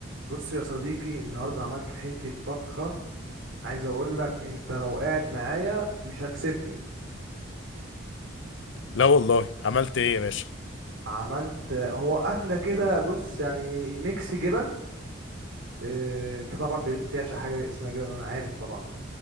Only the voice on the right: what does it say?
بص يا صديقي النهارده عملت حتة طبخة عايز اقول لك انت لو قاعد معايا مش هتسيبني
عملت هو اكلة كده بص يعني ميكس جبن اه انت طبعا بت- بتعشق حاجة اسمها جبن انا عارف طبعا